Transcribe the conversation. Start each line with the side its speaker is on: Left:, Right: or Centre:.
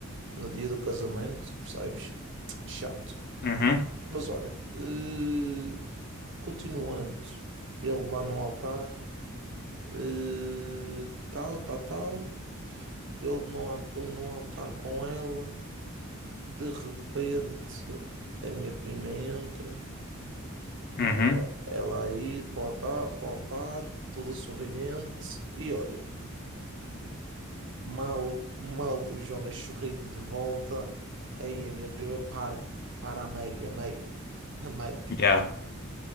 Right: no dia do casamento, percebes? Chato.
Left: Uhum,
Right: Mas olha, eh, continuando, ele lá no altar, eh, tal, tal, tal, ele no, at- no altar com ela, de repente a minha prima entra.
Left: uhum,
Right: Ela, ela aí para o altar, para o altar, toda sorridente, e olha, mal, mal o Jonas sorriu-lhe de volta, aí a minha prima para, para a meio, a meio, <laughs> a meio.
Left: yeah.